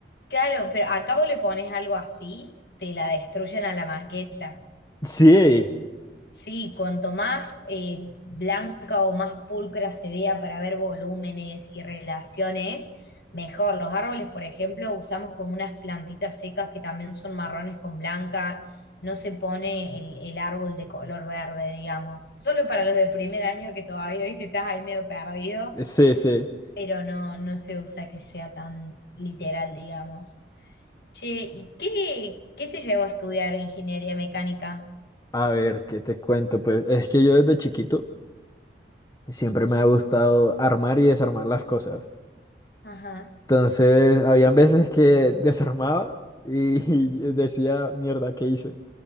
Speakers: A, on the left; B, on the left.
A: claro, pero acá vos le pones algo así, te la destruyen a la maqueta.
B: Sí,
A: Sí, cuanto más eh, blanca o más pulcra se vea para ver volúmenes y relaciones, mejor. Los árboles, por ejemplo, usamos como unas plantitas secas que también son marrones con blanca. No se pone el, el árbol de color verde, digamos. Solo para los de primer año que todavía, viste, estás ahí medio perdido,
B: sí, sí.
A: pero no, no se usa que sea tan literal, digamos. Che, ¿y qué, qué te llevó a estudiar ingeniería mecánica?
B: A ver, ¿qué te cuento? Pues es que yo desde chiquito siempre me ha gustado armar y desarmar las cosas.
A: Ajá.
B: Entonces, habían veces que desarmaba y, <laughs> decía, mierda, ¿qué hice?